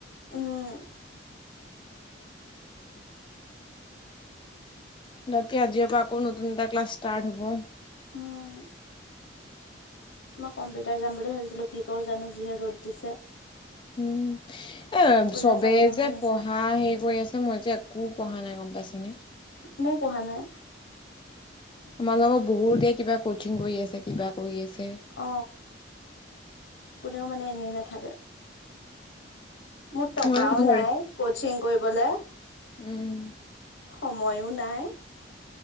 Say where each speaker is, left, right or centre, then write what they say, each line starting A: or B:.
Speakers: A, on the left; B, on the left.
A: উম।
B: ডাককীয়া আজিৰ আকৌ নতন এটা ক্লাছ ষ্টাৰ্ট হ'ব।
A: উম। মই কম্পিউটাৰ যাম বুলি ভাবিছিলো কি কৰো জানো। যিহে ৰ'দ দিছে।
B: উম এ
A: ওলাই
B: চবেই
A: যাবলৈ মন
B: যে
A: নাযায়
B: পঢ়া হেৰি কৰি আছে মই যে একো পঢ়া নাই গম পাইছানে।
A: মইও পঢ়া নাই।
B: আমাৰ লগৰ বহুতে কিবা কচিং কৰি আছে কিবা কৰি আছে।
A: অ কোনেও মানে এনেই নাথাকে। মোৰ টকাও
B: মই ঘৰ
A: নাই কচিং কৰিবলে।
B: উম।
A: সময়ো নাই।